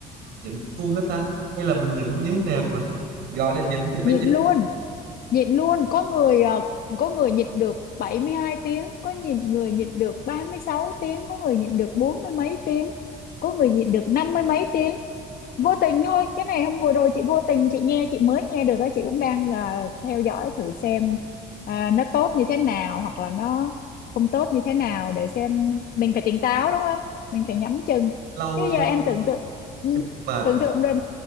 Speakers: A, on the right; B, on the left.
A: nhịn luôn hết ta hay là mình nhịn như thế nào mà gọi là nhịn thì phải
B: nhịn
A: nhịn
B: luôn nhịn luôn có người ờ, có người nhịn được bảy mươi hai tiếng có nhịn người nhịn được ba mươi sáu tiếng có người nhịn được bốn mươi mấy tiếng có người nhịn được năm mươi mấy tiếng vô tình thôi cái này hôm vừa rồi chị vô tình chị nghe chị mới nghe được á chị cũng đang là theo dõi thử xem à, nó tốt như thế nào hoặc là nó không tốt như thế nào để xem mình phải tỉnh táo đúng không mình phải nhắm chừng
A: lâu
B: chứ
A: nha
B: giờ em tưởng tượng ừ,
A: em mệt
B: tưởng tượng rồi